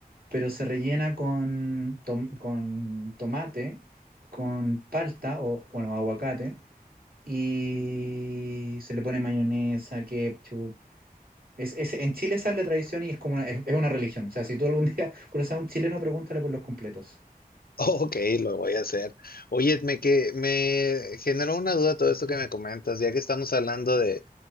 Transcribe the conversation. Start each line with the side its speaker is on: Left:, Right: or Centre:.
Right: pero se rellena con, tom- con tomate, con palta o, bueno, aguacate, y se le pone mayonesa, ketchup. Es, es- en Chile esa es la tradición y es como una, es, es una religión. O sea, si tú algún día <laughs> conoces a un chileno, pregúntale por los completos.
Left: Ok, lo voy a hacer. Oye, me, que, me generó una duda todo esto que me comentas, ya que estamos hablando de